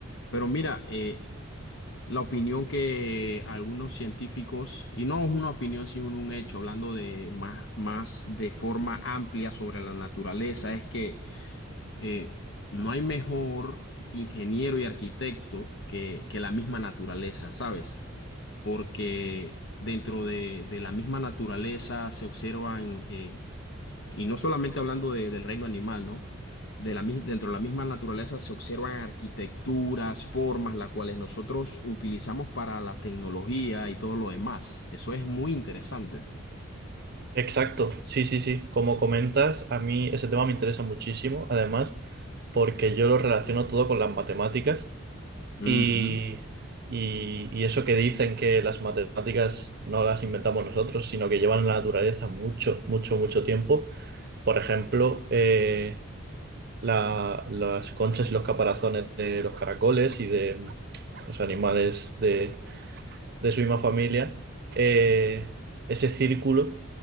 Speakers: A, on the left (about 60°); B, on the right (about 50°).
A: Pero mira, eh, la opinión que algunos científicos, y no es una opinión sino un hecho, hablando de más, más de forma amplia sobre la naturaleza, es que eh, no hay mejor ingeniero y arquitecto que, que la misma naturaleza, ¿sabes? Porque dentro de, de la misma naturaleza se observan eh, y no solamente hablando de- del reino animal, ¿no? De la, mis- dentro de la misma naturaleza se observan arquitecturas, formas, las cuales nosotros utilizamos para la tecnología y todo lo demás. Eso es muy interesante.
B: Exacto, sí, sí, sí. Como comentas, a mí ese tema me interesa muchísimo, además, porque yo lo relaciono todo con las matemáticas.
A: Ujú.
B: Y, y- y eso que dicen que las matemáticas no las inventamos nosotros, sino que llevan en la naturaleza mucho, mucho, mucho tiempo. Por ejemplo, eh, la- las conchas y los caparazones de los caracoles y de mm, los animales de, de su misma familia, eh, ese círculo